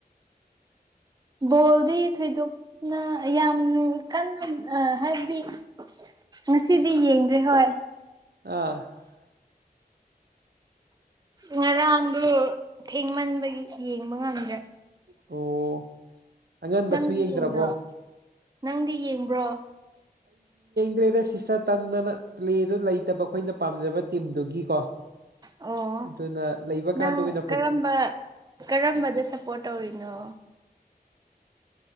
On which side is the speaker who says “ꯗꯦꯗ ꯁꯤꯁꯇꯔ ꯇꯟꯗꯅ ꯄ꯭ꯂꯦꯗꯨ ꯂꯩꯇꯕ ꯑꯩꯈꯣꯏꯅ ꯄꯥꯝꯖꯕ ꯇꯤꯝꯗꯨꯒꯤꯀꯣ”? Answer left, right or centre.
Right